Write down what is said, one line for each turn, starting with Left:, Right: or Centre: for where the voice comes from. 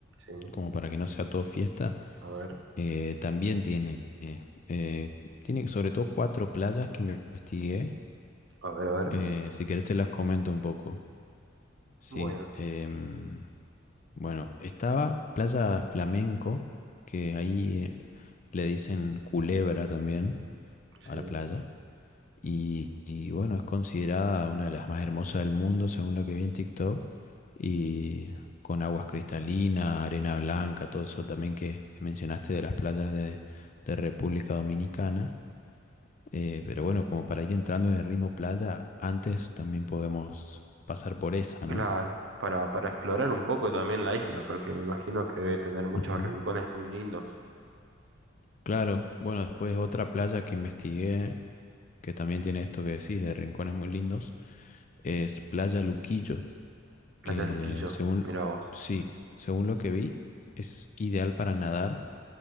Right: ¿sí?
Left: como para que no sea todo fiesta,
Right: A ver,
Left: eh, también tiene, eh, tiene sobre todo cuatro playas que me investigué.
Right: a ver, a ver.
Left: Eh, si querés te las comento un poco. Sí,
Right: Bueno,
Left: em, bueno, estaba Playa Flamenco, que ahí eh, le dicen Culebra también a
Right: Sí.
Left: la playa. Y, y bueno, es considerada una de las más hermosas del mundo, según lo que vi en TikTok. Y con aguas cristalinas, arena blanca, todo eso también que, que mencionaste de las playas de, de República Dominicana. Eh, pero bueno, como para ir entrando en el ritmo playa, antes también podemos pasar por esa,
Right: claro,
Left: ¿no?
Right: para, para explorar un poco también la isla, porque me imagino que debe tener muchos
Left: Ujú.
Right: rincones muy lindos.
Left: Claro, bueno, después otra playa que investigué, que también tiene esto que decís, de rincones muy lindos, es Playa Luquillo.
Right: Playa
Left: que
Right: Luquillo,
Left: según,
Right: mira vos.
Left: sí, según lo que vi, es ideal para nadar